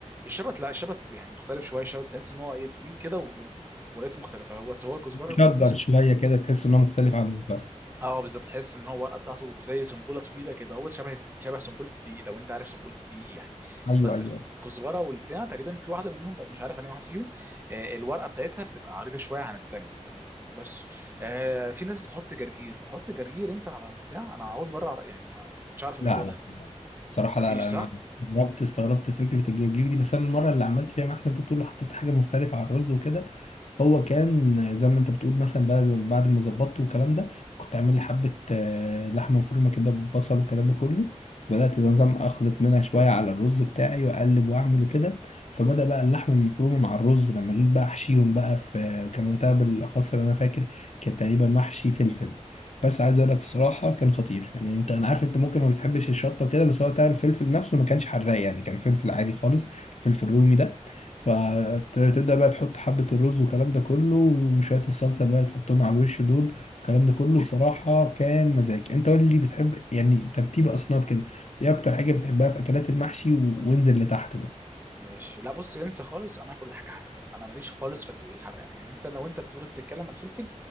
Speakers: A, on the right (about 15°); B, on the left (about 65°).
A: الشبت لا الشبت يعني مختلف شوية الشبت تحس ان هو ايه طويل كده و- ولاته مختلفة هو بس هو الكزبرة والبقدونس
B: شجر شوية كده تحس انه مختلف عن المختلف
A: اه بالظبط تحس ان هو الورقه بتاعته زي سنبوله طويله كده هو شبه شبه سنبوله الدقيق لو انت عارف سنبوله الدقيق يعني
B: ايوه
A: بس
B: ايوه
A: الك- الكزبره والبتاع تقريبا في واحده منهم بل مش عارف انا واحده فيهم آه، الورقه بتاعتها بتبقى عريضه شويه عن التانيه تمام بس آه في ناس بتحط جرجير بتحط جرجير انت على البتاع انا اول مره أعرف- يعني ما ما كنتش عارف الموضوع
B: لا
A: ده
B: لا بصراحة
A: مفيش
B: لا لا
A: صح
B: أنا استغربت استغربت فكرة الجرجير دي بس أنا المرة اللي عملت فيها محسن أنت بتقول له حطيت حاجة مختلفة على الرز وكده هو كان زي ما أنت بتقول مثلا بعد بعد ما ظبطت والكلام ده كنت عامل لي حبة آه، لحمة مفرومة كده ببصل والكلام ده كله بدأت النظام أخلط منها شوية على الرز بتاعي وأقلب وأعمل وكده فبدأ بقى اللحمة المفرومة مع الرز لما جيت بقى أحشيهم بقى في كان وقتها بالأخص اللي أنا فاكر كان تقريبا محشي فلفل بس عايز اقول لك بصراحه كان خطير يعني انت انا عارف انت ممكن ما بتحبش الشطه وكده بس هو بتاع الفلفل نفسه ما كانش حراق يعني كان فلفل عادي خالص الفلفل الرومي ده فتبدا بقى تحط حبه الرز والكلام ده كله وشويه الصلصه بقى تحطهم على الوش دول الكلام ده كله بصراحه كان مزاج انت قول لي بتحب يعني ترتيب اصناف كده ايه اكتر حاجه بتحبها في اكلات المحشي و- وانزل لتحت مثلا
A: ماشي لا بص انسى خالص انا اكل حاجه حراقه انا ماليش خالص في الحراقه يعني انت لو انت بتقول بتتكلم على الفلفل